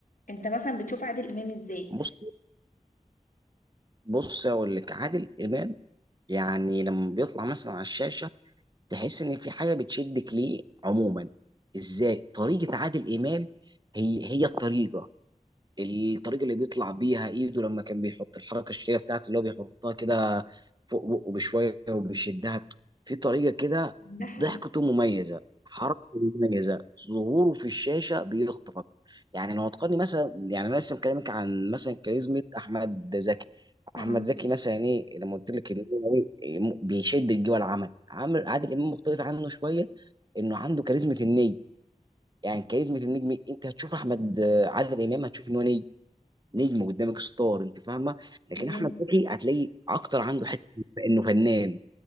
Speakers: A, on the left; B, on the right.
A: انت مثلا بتشوف عادل امام ازاي
B: بص بص اقول لك عادل امام يعني لما بيطلع مثلا على الشاشه تحس ان في حاجه بتشدك ليه عموما ازاي طريقه عادل امام هي هي الطريقه الطريقه اللي بيطلع بيها ايده لما كان بيحط الحركه الشهيره بتاعته اللي هو بيحطها كده فوق بقه بشويه وبيشدها في طريقه كده
A: ده حقيقي
B: ضحكته مميزه حركته مميزه ظهوره في الشاشه بيخطفك يعني لو هتقارني مثلا يعني انا لسه مكلمك عن مثلا كاريزما احمد زكي
A: اه
B: احمد زكي مثلا ايه لما قلت لك ان هو إيه، م- بيشدك جوه العمل عامر عادل امام مختلف عنه شويه انه عنده كاريزما النجم يعني كاريزما النجم انت هتشوف احمد عادل امام هتشوف ان هو نجم نجم قدامك ستار انت فاهمه لكن
A: ميم
B: احمد زكي هتلاقي اكتر عنده حته انه فنان